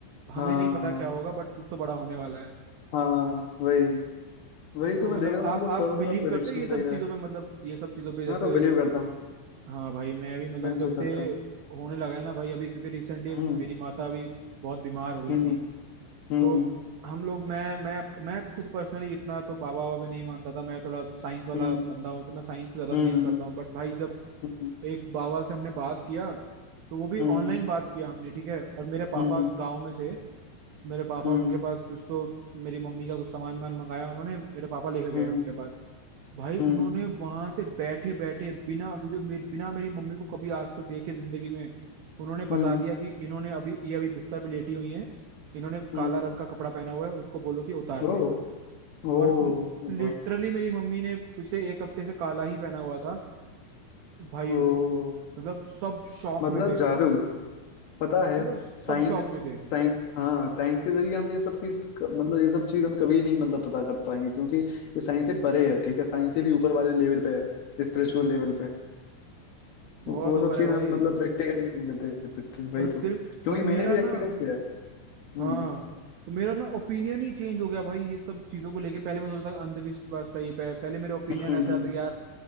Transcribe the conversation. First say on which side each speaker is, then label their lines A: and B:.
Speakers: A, on the right; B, on the left.
A: हमें
B: हाँ
A: नहीं पता क्या होगा बट कुछ तो बड़ा होने वाला है
B: हाँ वही
A: तो
B: वही तो मैं
A: मतलब
B: देख रहा हूँ मतलब
A: आप आप
B: सब मेरा
A: बिलीव
B: प्रेडिक्शन
A: करते हो ये
B: सही
A: सब चीजों
B: है
A: पे मतलब ये सब चीजों पे जैसे
B: मैं तो बिलीव करता हूँ
A: हाँ भाई मैं भी मतलब
B: मैं
A: जब
B: तो
A: से
B: करता हूँ
A: होने लगा है ना भाई अभी क्योंकि रिसेंटली
B: हम्म
A: मेरी माता अभी बहुत बीमार हो गई
B: हम्म
A: थी
B: हम्म
A: तो हम लोग मैं मैं मैं खुद पर्सनली इतना तो बाबा बाबा पे नहीं मानता था मैं थोड़ा साइंस वाला
B: हम्म
A: बंदा हूँ तो मैं साइंस पे ज्यादा
B: हम्म
A: बिलीव करता हूँ बट भाई जब
B: हम्म
A: एक बाबा से हमने बात किया तो वो भी
B: हम्म
A: ऑनलाइन बात किया हमने ठीक है और मेरे पापा
B: हम्म
A: गाँव में थे मेरे पापा
B: हम्म
A: उनके पास कुछ तो मेरी मम्मी का कुछ सामान वामान मंगाया उन्होंने मेरे पापा लेके गए
B: हम्म
A: उनके पास भाई उन्होंने
B: हम्म हम्म
A: वहां से बैठे बैठे बिना वीडियो मेरे बिना मेरी मम्मी को कभी आज तक देखे जिंदगी में उन्होंने बता
B: हम्म,
A: दिया कि इन्होंने अभी ये अभी बिस्तर पे लेटी हुई हैं इन्होंने
B: हम्म।
A: काला रंग का कपड़ा पहना हुआ है उनको बोलो कि उतार दे
B: ओ ओ
A: और
B: वाह
A: लिटरली मेरी मम्मी ने पिछले एक हफ्ते से काला ही पहना हुआ था भाई
B: ओ
A: मतलब सब शौक
B: मतलब
A: में थे
B: जादू पता है
A: मतलब सब
B: साइंस
A: शौक में थे
B: साइंस हाँ साइंस के जरिए हम ये सब की मतलब ये सब चीज हम कभी नहीं मतलब पता कर पाएंगे क्योंकि ये साइंस से परे है ठीक है साइंस से भी ऊपर वाले लेवल पे है स्पिरिचुअल
A: हम्म
B: लेवल पे
A: बहुत
B: वो
A: ऊपर
B: सब चीज
A: है भाई
B: हम मतलब प्रैक्टिकली नहीं देख सकते वही
A: और
B: तो
A: फिर
B: क्योंकि
A: और
B: मैंने
A: मेरा
B: भी
A: ना
B: एक्सपीरियंस किया है हम्म
A: हाँ तो मेरा ना ओपिनियन ही चेंज हो गया भाई ये सब चीजों को लेके पहले मैं सोचता था अंधविश्वास टाइप है पहले मेरा ओपिनियन
B: हम्म
A: ऐसा आता था कि यार